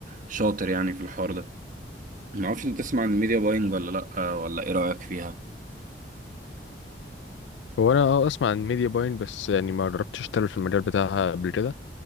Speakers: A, on the right; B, on the left.
A: شاطر يعني في الحوار ده ما اعرفش انت تسمع عن الميديا باينج ولا لا ولا ايه رأيك فيها
B: هو أنا أه أسمع عن ميديا باين بس يعني ما جربتش أشتغل في المجال بتاعها قبل كده